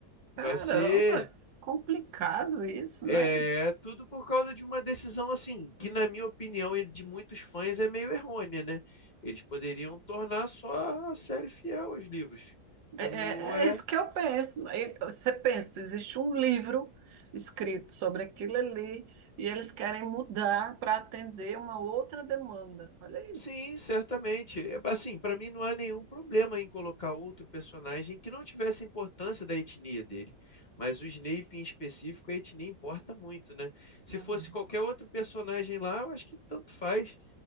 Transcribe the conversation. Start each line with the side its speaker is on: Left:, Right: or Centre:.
Left: Vai
Right: Caramba,
Left: ser
Right: complicado isso,
Left: é
Right: né?
Left: tudo por causa de uma decisão assim, que na minha opinião e de muitos fãs é meio errônea, né? Eles poderiam tornar só a série fiel aos livros. Como
Right: É, é-
Left: é,
Right: é isso que eu penso. Aí Você pensa, existe um livro escrito sobre aquilo ali e eles querem mudar para atender uma outra demanda. Olha
Left: sim,
Right: isso.
Left: certamente. É, Assim, para mim não há nenhum problema em colocar outro personagem que não tivesse importância da etnia dele. Mas o Snape em específico, a etnia importa muito, né? Se
Right: Uhum.
Left: fosse qualquer outro personagem lá, eu acho que tanto faz.